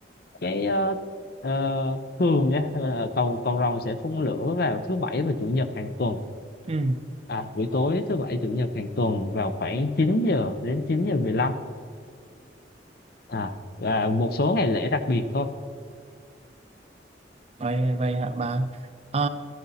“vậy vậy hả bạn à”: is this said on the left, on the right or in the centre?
Right